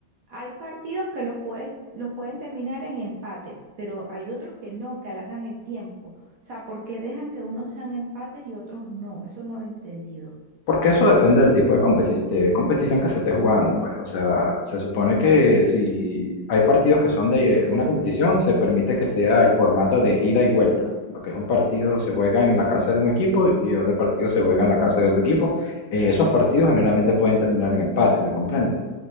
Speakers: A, on the right; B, on the left.
A: Hay partidos que los puedes, los pueden terminar en empate, pero hay otros que no, que alargan el tiempo. O sea, porque dejan que unos sean empates y otros no? Eso no lo he entendido.
B: Porque eso depende del tipo de, competi- de competición que se esté jugando, pues. O sea, se supone que si hay partidos que son de una competición, se permite que sea el formato de ida y vuelta. Lo que es un partido se juega en la casa de un equipo y otro partido se juega en la casa de otro equipo. Eh, esos partidos generalmente pueden terminar en empate, ¿me comprendes?